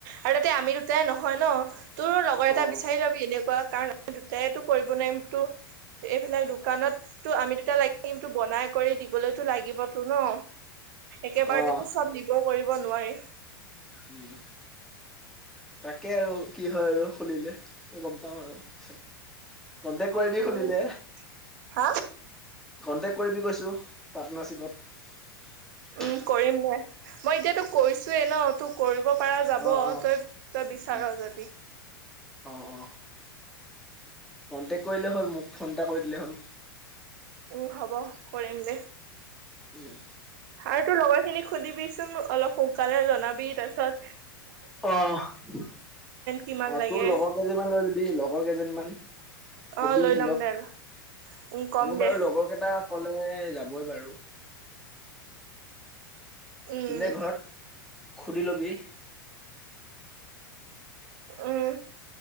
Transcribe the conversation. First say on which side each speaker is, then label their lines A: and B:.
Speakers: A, on the right (about 55°); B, in the centre.
A: আৰু। তে আমি দুটাই নহয় ন। তোৰ লগৰ এটা
B: অ'
A: বিচাৰি লবি এনেকুৱা কাৰণ দুটাইটো কৰিব নোৱাৰিম তো এইবিলাক। কণতো আমি দুটা লাগিমটো বনাই কৰি দিবলৈতো লাগিব। তটো ন একেবাৰতেতো
B: অ'
A: চব নিবও কৰিব নোৱাৰি।
B: উম। তাকে আৰু কি হয় আৰু খুলিলে ম গম পাওঁ আৰু পিছত। কন্টেক্ কৰিবিবি
A: উম,
B: খুলিলে।
A: হা?
B: কন্টেক্ট কৰিবি কৈছো পাৰ্টনাৰশ্বিপত।
A: উম, কৰিম দে। মই এতিয়াতো কৰিছোৱোৱেই ন তোৰ কৰিব পৰা যাব
B: অ অ
A: তই তই বিচাৰ
B: উম,
A: যদি।
B: অ অ। কনটেক্ট কৰিলে হ'ল মোক ফোন এটা কৰি দিলে হ'ল।
A: উম হব কৰিম দে
B: উম,
A: আৰু তোৰ লগৰ খিনি। খুন্দিবি চোন অলপ সোনকালে জনাবি তাৰ পিছত।
B: অ অ
A: কিমান লাগে
B: তোৰ লগৰ কেইজনমান লৈ যিবি লগৰ কেইজনমান। কবি
A: অ লৈ
B: সিহক
A: ল'ম দে উম কম
B: মোৰ
A: দে
B: বাৰু লগৰ কেইটা কলে যাবই। যাব বাৰু
A: উম
B: দিলে ঘৰত। খুুলি ল'বি।
A: উম